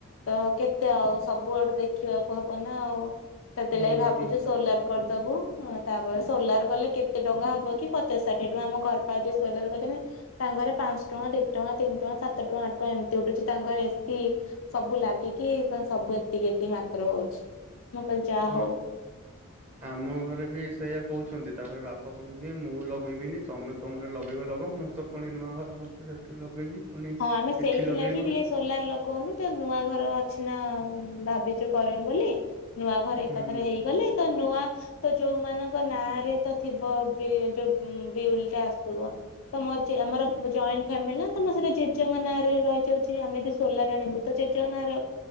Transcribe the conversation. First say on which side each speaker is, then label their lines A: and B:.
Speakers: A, on the left; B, on the right.
A: ତ କେତେ ଆଉ ସବୁଆଡୁ ଦେଖିବାକୁ ହବ ନା ଆଉ ସେଥିଲାଗି
B: ହୁଁ
A: ଭାବୁଛି ସୋଲାର କରିଦବୁ ତାପରେ ସୋଲାର କଲେ କେତେ ଟଙ୍କା ହବ କି ପଚାଶ ଷାଠିଏ ଟଙ୍କା ଆମ ଘର ପାଉ ଯ ସୋଲାର କରିଛନ୍ତି ତାଙ୍କର ପାଞ୍ଚ ଟଙ୍କା ଦଢ ଟଙ୍କା ତିନି ଟଙ୍କା ସାତ ଟଙ୍କା ଆଠ ଟଙ୍କା ଏମିତି ଉଠୁଛି ତାଙ୍କର ଏସିି ସବୁ ଲାଗିକି ସବୁ ଏତିକି ଏତିକି ମାତ୍ର ହଉଛି। ମୁଁ କହିଲି ଯାହା
B: ହଁ
A: ହଉ।
B: ଆମ ଘରେ ବି ସେଇଆ କହୁଛନ୍ତି ତାପରେ ବାପା କହୁଛନ୍ତି ମୁଁ ଲଗେଇବିନି ତମେ ତମର ଲଗେଇବ ଲଗ ମୁଁ ତ ପୁଣି ନୂଆ ଘର କରଛି ସେଠି ଲଗେଇବି ପୁଣି
A: ହଁ ଆମେ ସେଇଥିଲାଗି
B: ଏଠି ଲଗେଇବୁ
A: ଟିକେ ସୋଲାର ଲଗଉନୁ ତ ନୂଆ ଘର କିଛି ନା ଭାବିଛୁ କରିମୁ ବୋଲି ନୂଆ ଘର
B: ହୁଁ
A: ଏକାଥରେ ହେଇଗଲେ ତ ନୂଆ ତ ଯୋଉମାନଙ୍କ ନାଁରେ ହେଇ ତ ଥିବ ବେ ଯୋଉ ଦେଉଳି ଟା ଆସୁଥୁବ ତ <unintelligible> ଆମର ଜାଏନ ଫାମିଲି ନା ତମ ସେ <unintelligible> ନାଁରେ ରହିଯାଉଚି ଆମେ ଯଦି ସୋଲାର ଆଣିବୁ ତ ଜେଜ ନାଁରେ